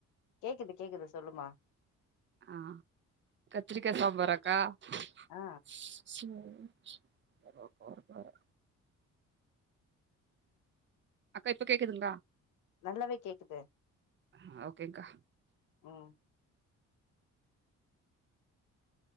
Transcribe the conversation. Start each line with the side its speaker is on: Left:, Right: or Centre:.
Left: கேக்குது கேக்குது சொல்லுமா
Right: ஆ கத்திரிக்கா சாம்பரா கா <unintelligible>
Left: ஆ
Right: செரி <unintelligible> அக்கா இப்ப கேக்குதுங்களா
Left: நல்லாவே கேக்குது
Right: ஆ, ஓகேங்க்கா
Left: உம்